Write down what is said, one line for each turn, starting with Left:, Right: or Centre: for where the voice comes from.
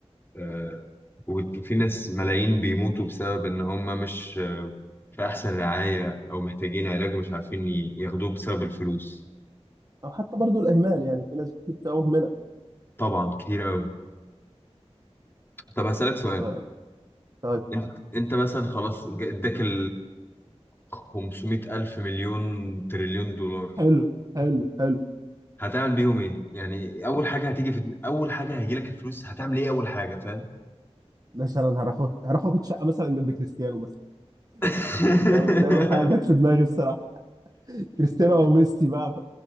Left: آه، وفي ناس ملايين بيموتوا بسبب ان هم مش في أحسن رعاية أو محتاجين علاج مش عارفين ي- ياخدوه بسبب الفلوس
Right: او حتى برضو الاهمال يعني في ناس كتير بتبقى مهمله
Left: طبعا كتير أوي طب هسألك سؤال
Right: ف- طيب
Left: أنت أنت مثلا خلاص ج- إداك ال 500 ألف مليون تريليون دولار
Right: حلو حلو حلو
Left: هتعمل بيهم إيه؟ يعني أول حاجة هتيجي في أول حاجة هيجيلك الفلوس هتعمل إيه أول حاجة فاهم؟
Right: مثلا هروح أخد- هروح اخد شقه مثلا جنب كريستيانو مثلا
Left: <laughs>
Right: ده ده أول حاجه جت في دماغي الصراحه كريستيانو او ميسي بقى